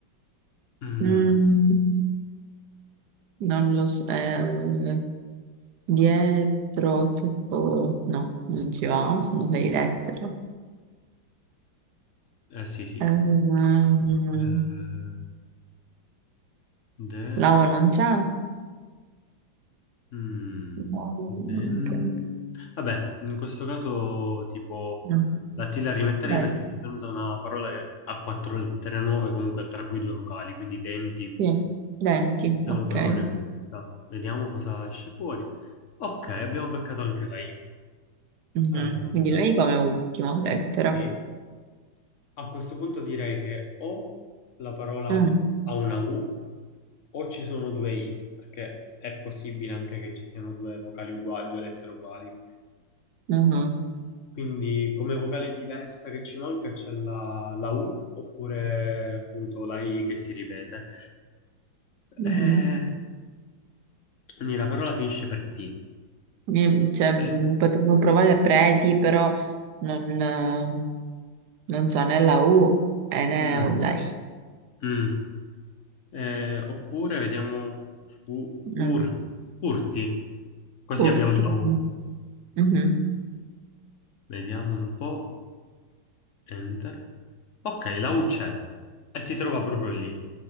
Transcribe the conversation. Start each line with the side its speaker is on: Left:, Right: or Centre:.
Left: Mm,
Right: Mm, non lo so, eh, dietro tutto, no, non ci va, sono sei lettere.
Left: eh, sì, sì.
Right: Ehm,
Left: Eh, de...
Right: la O non c'è, no,
Left: mm,
Right: no, no,
Left: den-
Right: neanche-
Left: Vabbè, in questo caso tipo
Right: no.
Left: la T la rimetterei
Right: Denti,
Left: perché mi è venuta una parola che ha quattro lettere nuove, comunque tra cui due vocali, quindi denti.
Right: sì. Denti,
Left: Possiamo
Right: ok.
Left: provare questa. Vediamo cosa esce fuori. Ok, abbiamo beccato anche la I.
Right: Mhm,
Left: Allora,
Right: Quindi
Left: ora,
Right: lei come ultima lettera.
Left: sì. A questo punto direi che o la parola
Right: Mm,
Left: ha una U o ci sono due I, perché è possibile anche che ci siano due vocali uguali, due lettere uguali.
Right: mhm.
Left: Quindi come vocale diversa che ci manca c'è la, la U oppure appunto la I che si ripete.
Right: Mhm.
Left: Eh, quindi la parola finisce per T.
Right: Mi- Cioè, mm,
Left: Eh,
Right: potevo provare preti, però non, eh, non c'è né la U e né
Left: mm,
Right: la I.
Left: mm. Eh, oppure vediamo fu-
Right: Mm.
Left: fur- furti, così
Right: Curti.
Left: abbiamo la U.
Right: Mhm.
Left: Vediamo un po'. Enter. Ok, la U c'è e si trova proprio lì.